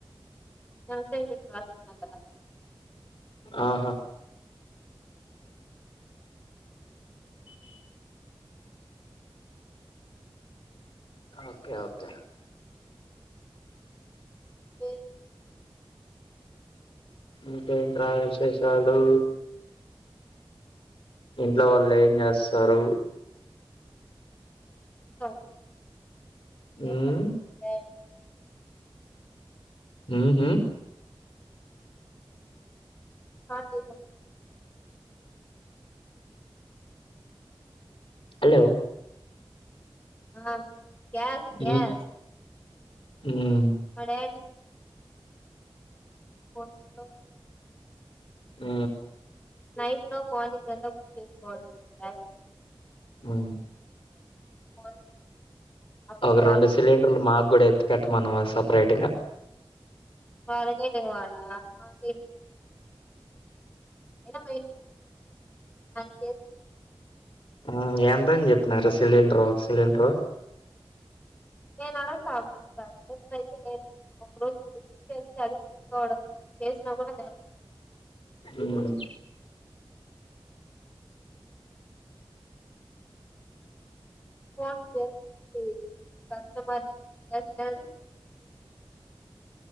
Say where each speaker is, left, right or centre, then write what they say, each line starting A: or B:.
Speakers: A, on the left; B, on the left.
A: నా అసైన్‌మెంట్మె రాస్తున్నాడు కదా
B: ఆహా ఓకే ఓకే
A: ఏ
B: ఇకేంట్రా విశేషాలు ఇంట్లో వాళ్ళు ఏం చేస్తారు
A: అ
B: హ్మ్
A: ఏం పని డాడి
B: హ హ
A: షార్టేజ్
B: హలో
A: ఆ గ్యాస్
B: హ్మ్
A: గ్యాస్
B: హ్మ్
A: మా డాడీ <inaudible>
B: ఊ
A: నైట్ లో మార్నింగ్ వలా బుక్ చేా <inaudible>
B: హు
A: మార్నింగ్ అప్పుడు
B: ఒక
A: బాబు
B: రెండు సిలిండర్లు మాకు కూడా ఎతీ పెట్టమనవాస్ సెపరేట్గ
A: వాళగే లేవాాలా మాక అ <inaudible> ఎ <inaudible>
B: ఆ ఏం ఎంత అని చెప్పినార సిలిండర్ సిలిండర్
A: నేను అడుగుతా అభ అయితే లేదు ఒక రోజు ఇప్పుడు చేస్తే అడికోవడం వేసిన కూడా తదు
B: ఉమ్,
A: ఫోన్ చేసి కస్టమర్ కేర్